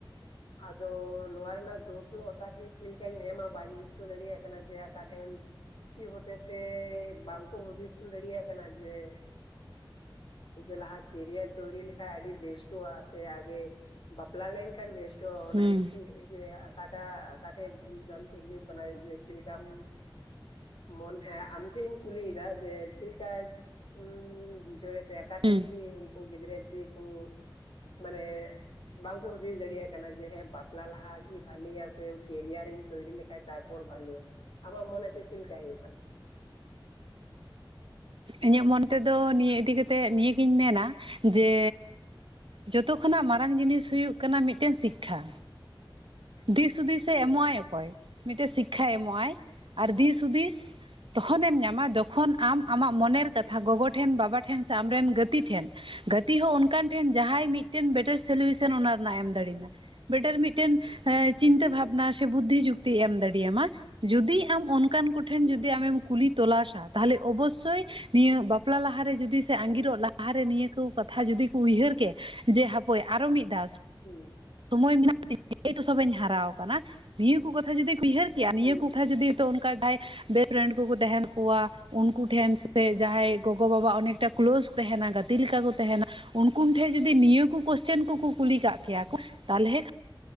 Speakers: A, on the left; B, on the right.
A: ᱟᱫᱚ ᱱᱚᱣᱟ ᱨᱮᱱᱟᱜ ᱫᱳᱥ ᱫᱚ ᱚᱠᱟ ᱴᱷᱮᱡ ᱪᱮᱫ ᱞᱮᱠᱟᱧ ᱮᱢᱟ ᱵᱟᱧ ᱵᱩᱡ ᱦᱚᱪᱚ ᱫᱟᱲᱮᱭᱟᱜ ᱠᱟᱱᱟ ᱡᱮ ᱟᱠᱟ ᱴᱷᱮᱱ ᱪᱮᱫ ᱦᱚᱛᱮᱛᱮ ᱵᱟᱝ ᱠᱚ ᱦᱩᱫᱤᱥ ᱪᱚ ᱫᱟᱲᱮᱭᱟᱜ ᱠᱟᱱᱟ ᱡᱮ ᱡᱮ ᱞᱟᱦᱟ ᱠᱮᱨᱤᱭᱟᱨ ᱛᱳᱭᱨᱤ ᱞᱮᱠᱷᱟᱡ ᱟᱹᱰᱤ ᱵᱮᱥᱴᱚᱜ-ᱟ ᱥᱮ ᱟᱜᱮ ᱵᱟᱯᱞᱟ ᱞᱮᱱᱠᱷᱟᱱ ᱵᱮᱥᱴᱚᱜ, ᱚᱱᱟ
B: ᱦᱩᱸ
A: ᱜᱮ ᱪᱮᱫ ᱡᱮ ᱟᱠᱟᱴᱟᱜ ᱟᱠᱟᱴᱷᱮᱡ ᱵᱷᱩᱞ ᱡᱟᱱᱛᱮ ᱦᱩᱭᱩᱜ ᱠᱟᱱᱟᱭ ᱡᱮ ᱪᱮᱫ ᱞᱮᱠᱟᱢ ᱢᱚᱱ <inaudible> ᱟᱢᱴᱷᱮᱡ ᱤᱧ ᱠᱩᱞᱤᱭᱮᱫᱟ ᱡᱮ ᱪᱮᱫᱮᱠᱟ ᱩᱸᱻ ᱵᱩᱡᱷᱟᱹᱣᱮᱫ ᱛᱮ ᱟᱠᱟ ᱴᱮᱡ
B: ᱦᱩᱸ
A: ᱪᱮᱜ ᱩᱝᱠᱩ ᱜᱤᱫᱽᱨᱟᱹ ᱪᱮᱫ ᱠᱚ, ᱢᱟᱱᱮ ᱵᱟᱝᱠᱚ ᱦᱩᱫᱤᱥ ᱫᱟᱲᱮᱭᱟᱜ ᱠᱟᱱᱟ ᱡᱮ ᱦᱮᱸ ᱵᱟᱯᱞᱟ ᱞᱟᱦᱟᱜ ᱜᱮ ᱵᱷᱟᱞᱮᱭᱟ ᱥᱮ ᱠᱮᱨᱤᱭᱟᱨᱤᱧ ᱛᱳᱚᱭᱨᱤ ᱞᱮᱠᱷᱟᱡ ᱛᱟᱨᱯᱚᱨ ᱵᱷᱟᱞᱤᱭᱟ, ᱟᱢᱟᱜ ᱢᱚᱱᱮᱛᱮ ᱪᱮᱫ ᱞᱮᱠᱟ ᱦᱩᱭᱩᱜ ᱠᱟᱱᱟ?
B: ᱤᱧᱟᱹᱜ ᱢᱚᱱ ᱛᱮᱫᱚ ᱱᱤᱭᱟᱹ ᱤᱫᱤ ᱠᱟᱛᱮᱫ ᱱᱤᱭᱟᱹᱜᱤᱧ ᱢᱮᱱᱟ ᱡᱮᱻ ᱡᱚᱛᱚ ᱠᱷᱚᱱᱟᱜ ᱢᱟᱨᱟᱝ ᱡᱤᱱᱤᱥ ᱦᱩᱭᱩᱜ ᱠᱟᱱᱟ ᱢᱤᱫᱴᱮᱱ ᱥᱤᱠᱠᱷᱟ᱾ ᱫᱤᱥ ᱦᱩᱫᱤᱥ
A: ᱦᱩᱸ
B: ᱮ ᱮᱢᱚᱜ ᱟᱭ ᱚᱠᱚᱭ, ᱢᱤᱫᱴᱮᱡ ᱥᱤᱠᱠᱷᱟᱭ ᱮᱢᱚᱜ ᱟᱭ ᱟᱨ ᱫᱤᱥ ᱦᱩᱫᱤᱥ ᱛᱚᱠᱷᱚᱱᱮᱢ ᱧᱟᱢᱟ ᱡᱚᱠᱷᱚᱱ ᱟᱢ ᱟᱢᱟᱜ ᱢᱚᱱᱮᱨ ᱠᱟᱛᱷᱟ ᱜᱚᱜᱚ ᱴᱷᱮᱱ ᱵᱟᱵᱟ ᱴᱷᱮᱱ ᱥᱮ ᱟᱢᱨᱮᱱ ᱜᱟᱛᱤ ᱴᱷᱮᱱᱼᱼ ᱛᱤ ᱦᱚᱸ ᱚᱱᱠᱟᱱ ᱡᱟᱦᱟᱸᱭ ᱵᱮᱴᱟᱨ ᱥᱳᱞᱤᱭᱩᱥᱚᱱ ᱚᱱᱟ ᱨᱮᱱᱟᱜ ᱮᱢ ᱫᱟᱲᱮᱭᱟᱢᱟ᱾ ᱵᱮᱴᱟᱨ ᱢᱤᱫᱴᱮᱱ ᱪᱤᱱᱛᱟᱹ
A: ᱦᱮᱸ
B: ᱵᱷᱟᱵᱱᱟᱼᱼ ᱵᱩᱫᱽᱫᱷᱤ ᱡᱩᱠᱛᱤ ᱮᱢ ᱫᱟᱲᱮᱭᱟᱢᱟ ᱡᱩᱫᱤ ᱟᱢ ᱚᱱᱠᱟᱱ ᱠᱚᱴᱷᱮᱱ
A: ᱦᱩᱸ
B: ᱡᱩᱫᱤ ᱟᱢᱮᱢᱼᱼ ᱠᱩᱞᱤ ᱛᱚᱞᱟᱥᱟ ᱛᱟᱦᱚᱞᱮ ᱚᱵᱚᱥᱚᱭᱼᱼ ᱱᱤᱥᱪᱚᱭ ᱱᱤᱭᱟᱹ ᱵᱟᱯᱞᱟ ᱞᱟᱦᱟᱨᱮ ᱡᱩᱫᱤ ᱥᱮ ᱟᱸᱜᱤᱨᱚᱜ ᱞᱟᱦᱟᱨᱮ ᱱᱤᱭᱟᱹ ᱠᱚ ᱠᱟᱛᱷᱟ ᱡᱩᱫᱤ ᱠᱚ ᱩᱭᱦᱟᱹᱨ ᱠᱮᱼᱼ ᱡᱮ ᱦᱟᱯᱚᱭ ᱟᱨᱚ ᱢᱤᱫ ᱫᱷᱟᱣ ᱼᱼ
A: ᱦᱩᱸ ᱾
B: ᱥᱚᱢᱳᱚᱭ ᱢᱮᱱᱟᱜᱼᱟ ᱛ ᱥᱚᱵ ᱤᱧ ᱦᱟᱨᱟ ᱟᱠᱟᱱᱟ ᱱᱤᱭᱟᱹ ᱠᱚ ᱠᱟᱛᱷᱟ ᱡᱩᱫᱤ ᱩᱭᱦᱟᱹᱨ ᱠᱮᱭᱟᱼᱼ ᱠᱮᱭᱟ
A: ᱦᱩᱸ
B: ᱱᱤᱭᱟᱹ ᱠᱚᱛᱷᱟ
A: ᱦᱩᱸ
B: ᱡᱩᱫᱤ ᱚᱱᱠᱟ ᱠᱷᱟᱡ ᱡᱟᱦᱟᱸᱭ ᱵᱮᱥᱴ ᱯᱷᱨᱮᱱᱰ ᱠᱚᱠᱚ ᱛᱟᱦᱮᱱ ᱠᱚᱣᱟ ᱩᱱᱠᱩᱼᱼ ᱴᱷᱮᱱ ᱥᱮ ᱡᱟᱦᱟᱸᱭ ᱜᱚᱜᱚ ᱵᱟᱵᱟ ᱚᱱᱮᱠᱴᱟ ᱠᱞᱳᱡᱽ ᱛᱟᱦᱮᱱᱟ ᱜᱟᱛᱮ ᱞᱮᱠᱟ ᱠᱚ ᱛᱟᱦᱮᱱᱟ ᱩᱱᱠᱩᱱ ᱴᱷᱮᱡ ᱡᱩᱫᱤ ᱱᱤᱭᱟᱹ ᱠᱚ ᱠᱚᱥᱪᱮᱱ ᱠᱚᱠᱚ ᱠᱩᱞᱤ ᱠᱟᱜ ᱠᱮᱭᱟ ᱠᱩ ᱛᱟᱞᱦᱮ